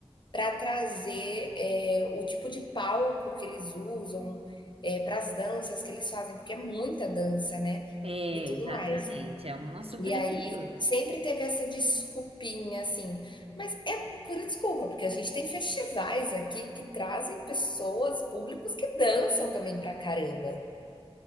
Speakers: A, on the left (about 50°); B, on the right (about 70°).
A: para trazer é, o tipo de palco que eles usam, é, para as danças que eles fazem, porque é muita dança, né?
B: É,
A: E tudo
B: exatamente,
A: mais.
B: é uma super
A: E aí
B: estrutura.
A: sempre teve essa desculpinha, assim, mas é pura desculpa, porque a gente tem festivais aqui que trazem pessoas, públicos que dançam também pra caramba.